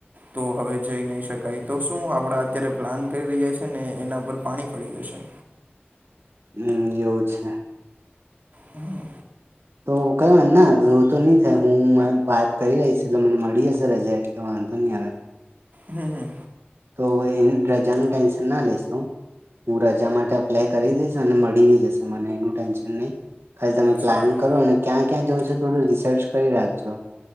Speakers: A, on the right; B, on the right.
A: તો હવે જઈ નહીં શકાય તો શું આપણા અત્યારે પ્લાન કરી રહ્યા છીએને એના પર પાણી ફરી જશે
B: હમ એવું છે
A: હમ
B: તો કહેવાય ના એવું તો નહી થાય હું વાત કરી લઈશ એટલે મને મળી હશે રજા એટલે વાંધો નહી આવે
A: હમ હમ
B: તો અવે રજાનું ટેન્શનના લેશો હું રજા માટે એપ્લાય કરી દઈશ અને મળી જશે મને એનું ટેન્શન નહી ખાલી તમે પ્લાન
A: સારું
B: કરો અને ક્યાં ક્યાં જવું છે થોડું રિસર્ચ કરી રાખજો